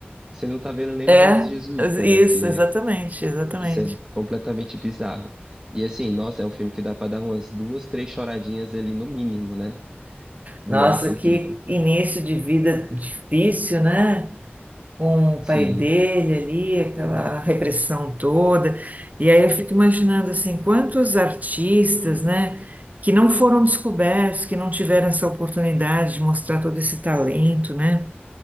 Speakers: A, on the right; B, on the right.
A: você não tá vendo nem
B: É,
A: mais Jesuíta,
B: isso,
A: né? Que
B: exatamente, exatamente.
A: isso é completamente bizarro. E assim, nossa, é um filme que dá pra dar umas duas, três choradinhas ali no mínimo, né? Nossa,
B: Nossa,
A: incrível.
B: que início de vida difícil, né? com o
A: Sim.
B: pai dele ali, aquela repressão toda. E aí eu fico imaginando assim, quantos artistas, né, que não foram descobertos, que não tiveram essa oportunidade de mostrar todo esse talento, né,